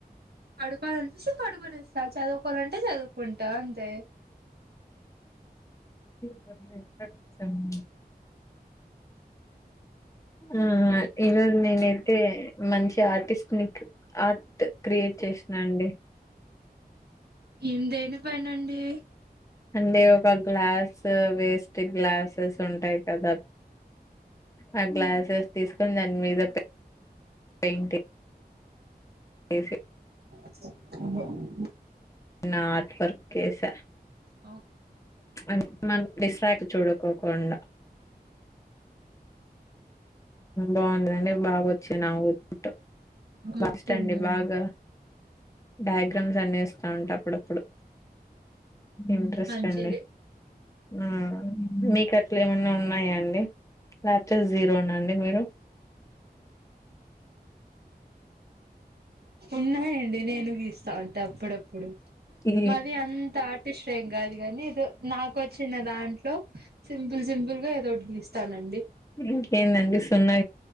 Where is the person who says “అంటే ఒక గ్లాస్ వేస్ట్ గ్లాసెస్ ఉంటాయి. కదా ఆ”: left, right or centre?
Left